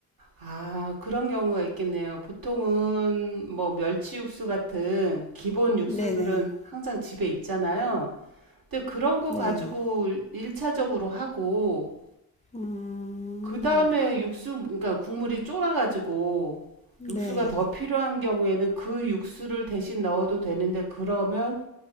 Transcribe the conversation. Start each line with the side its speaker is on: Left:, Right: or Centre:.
Right: 아 그런 경우가 있겠네요. 보통은 뭐 멸치 육수 같은 기본 육수들은
Left: 네네.
Right: 항상 집에 있잖아요. 근데 그런 거
Left: 네.
Right: 가지고
Left: 네.
Right: 일차적으로 하고
Left: 음,
Right: 그다음에 육수 그러니까 국물이 쫄아 가지고 육수가
Left: 네.
Right: 더 필요한 경우에는 그 육수를 대신 넣어도 되는데 그러면